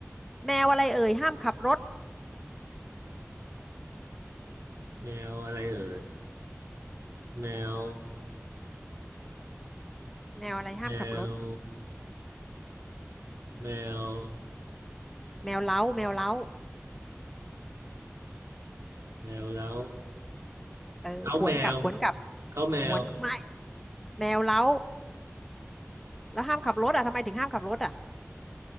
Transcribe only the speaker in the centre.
แมวอะไรเอ่ยห้ามขับรถ
แมวอะไรห้ามขับรถ
แมวเล้าแมวเล้า
เออผวนกลับผวนกลับ
หมวนไม่แมวเล้าแล้วห้ามขับรถอ่ะทำไมถึงห้ามขับรถอ่ะ